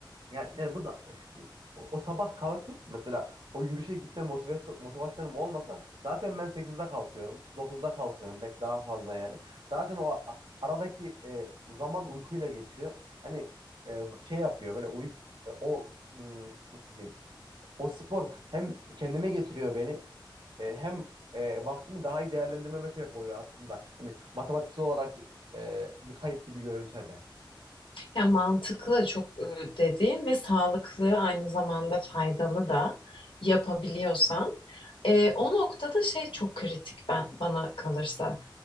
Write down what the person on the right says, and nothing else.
Yani, yani bu da e, o, o sabah kalkıp mesela o yürüyüşe gitme motivasyon, motivasyonum olmasa zaten ben sekizde kalkıyorum. dokuzda kalkıyorum. Belki daha fazla yani. Zaten o a- aradaki e, zaman uykuyla geçiyor. Hani e, şey yapıyor böyle uy e, o hmm, nasıl diyeyim? O spor hem kendime getiriyor beni e, hem e, vaktimi daha iyi değerlendirmeme sebep oluyor aslında. Hani matematiksel olarak e, bir kayıp gibi görünse de.